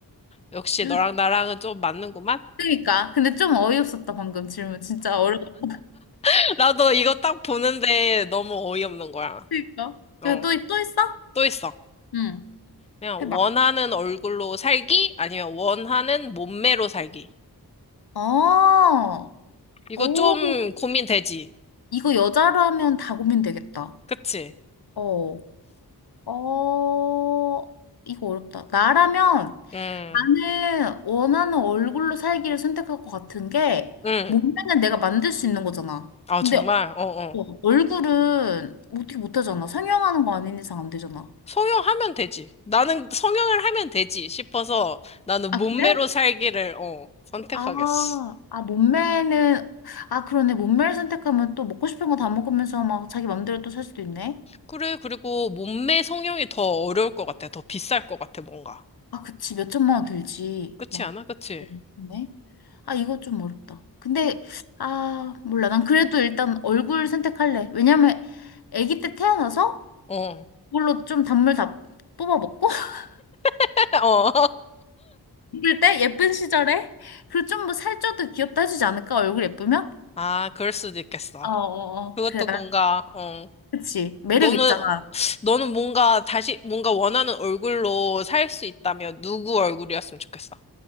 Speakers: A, on the left; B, on the left.
A: 역시
B: 좀
A: 너랑 나랑은 좀 맞는구만?
B: 그니까. 근데 좀 어이없었다, 방금 질문. 진짜 어려웠지?
A: <laughs> 나도 이거 딱 보는데 너무 어이없는 거야.
B: 그니까.
A: 어,
B: 그리고 또, 또 있어?
A: 또 있어.
B: 응.
A: 그냥
B: 해봐.
A: 원하는 얼굴로 살기? 아니면 원하는 몸매로 살기.
B: 어,
A: 이거
B: 오,
A: 좀 고민되지.
B: 이거 여자로 하면 다 고민되겠다.
A: 그치?
B: 어, 어, 이거 어렵다. 나라면
A: 음,
B: 나는 원하는 얼굴로 살기를 선택할 것 같은 게
A: 음.
B: 몸매는 내가 만들 수 있는 거잖아.
A: 아,
B: 근데
A: 정말? 어, 어.
B: 어, 얼굴은 어떻게 못하잖아. 성형하는 거 아닌 이상 안 되잖아.
A: 성형하면 되지. 나는 성형을 하면 되지 싶어서 나는
B: 아,
A: 몸매로
B: 그래?
A: 살기를, 어, 선택하겠어.
B: 아, 아, 몸매는, 아, 그러네. 몸매를 선택하면 또 먹고 싶은 거 다 먹으면서 막 자기 맘대로 또 살 수도 있네.
A: 그래, 그리고 몸매 성형이 더 어려울 것 같아. 더 비쌀 것 같아, 뭔가.
B: 아, 그치. 몇 천만 원 들지.
A: 그치
B: 막,
A: 않아? 그치?
B: 네. 아, 이거 좀 어렵다. 근데, 아, 몰라. 난 그래도 일단 얼굴 선택할래. 왜냐면, 아기 때 태어나서
A: 어.
B: 그걸로 좀 단물 다 뽑아 먹고, <laughs>
A: <laughs> 어.
B: 예쁠 때, 예쁜 시절에, 그리고 좀 뭐 살쪄도 귀엽다 해주지 않을까? 얼굴 예쁘면?
A: 아, 그럴 수도 있겠어.
B: 어, 어, 어.
A: 그것도
B: 그래, 난,
A: 뭔가, 어.
B: 그치. 매력
A: 너는,
B: 있잖아.
A: 너는 뭔가 다시, 뭔가 원하는 얼굴로 살 수 있다면 누구 얼굴이었으면 좋겠어?